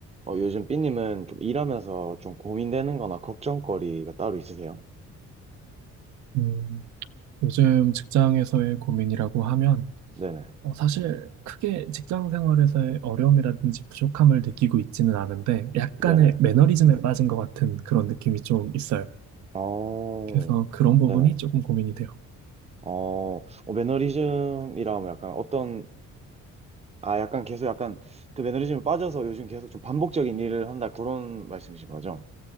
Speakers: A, on the right; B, on the right.
A: 어, 요즘 삐님은 좀 일하면서 좀 고민되는 거나 걱정거리가 따로 있으세요?
B: 음, 요즘 직장에서의 고민이라고 하면
A: 네네.
B: 어, 사실 크게 직장 생활에서의 어려움이라든지 부족함을 느끼고 있지는 않은데 약간의
A: 네네.
B: 매너리즘에 빠진 것 같은 그런 느낌이 좀 있어요.
A: 어,
B: 그래서 그런 부분이
A: 네네.
B: 조금 고민이 돼요.
A: 어, 어, 매너리즘이라면 약간 어떤, 아, 약간 계속 약간 그 매너리즘에 빠져서 요즘 계속 좀 반복적인 일을 한다 그런 말씀이신 거죠?